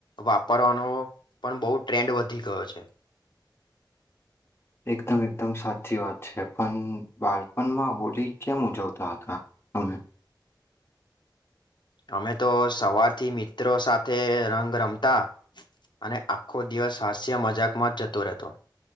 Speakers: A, on the left (about 70°); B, on the left (about 30°).
A: વાપરવાનો પણ બહુ ટ્રેન્ડ વધી ગયો છે
B: <inaudible> એકદમ એકદમ સાચી વાત છે પણ બાળપણમાં હોળ કેમ ઉજવતા હતા કા અમને
A: અમે તો સવારથી મિત્રો સાથે રંગ રમતા અને આખો દિવસ હાસ્ય મજાકમાં જ જતો રહેતો